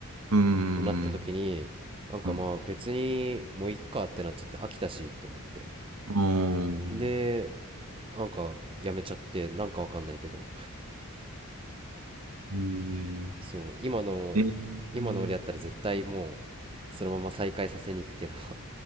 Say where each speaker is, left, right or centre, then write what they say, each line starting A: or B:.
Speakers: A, on the right (about 80°); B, on the right (about 25°).
A: うん、
B: てなった時に、なんかまあ別にもういっかってなっちゃって飽きたしって思って。
A: うん。ああ、
B: で、なんかやめちゃって、なんかわかんないけど。
A: へ
B: そう、今の、
A: え、え
B: 今の俺やったら絶対もう、
A: ー、
B: そのまま再開させに行くけど。